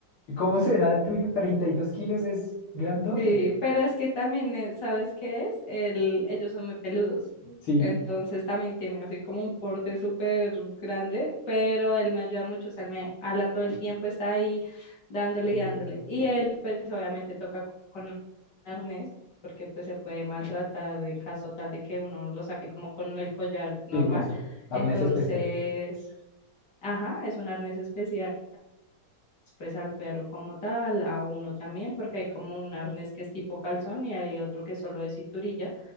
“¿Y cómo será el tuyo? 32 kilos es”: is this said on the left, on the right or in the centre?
Left